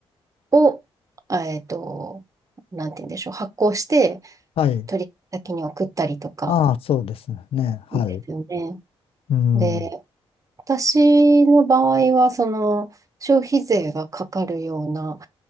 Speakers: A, on the right; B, on the left.
A: を、あえっと、なんて言うんでしょう、発行して、
B: はい。
A: 取引先に送ったりとか
B: ああ、そうですね。はい。
A: ですよね。
B: うん。
A: で、私の場合は、その、消費税がかかるような、